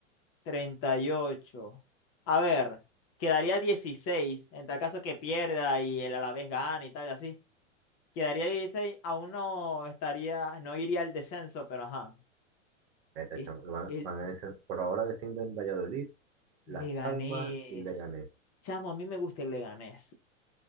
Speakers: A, on the left; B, on the right.
A: 38. A ver, quedaría 16. En tal caso que pierda y el Alavés gane y tal, y así. Quedaría 16, aún no estaría, no iría al descenso, pero ajá.
B: Eta,
A: Es-
B: chamo, lo van,
A: El
B: van a decir- por ahora descienden Valladolid,
A: Leganés.
B: Las Palmas y Leganés.
A: Chamo, a mí me gusta el Leganés